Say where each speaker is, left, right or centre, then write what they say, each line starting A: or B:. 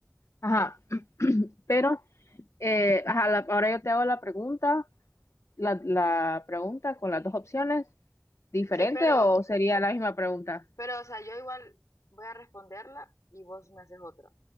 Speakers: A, on the left (about 60°); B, on the left (about 75°).
A: Ajá,
B: Ok.
A: pero eh, ajá, la- ahora yo te hago la pregunta, la, la pregunta con las dos opciones, ¿diferente
B: Sí, pero,
A: o sería la misma pregunta?
B: pero, o sea, yo igual voy a responderla y vos me haces otra.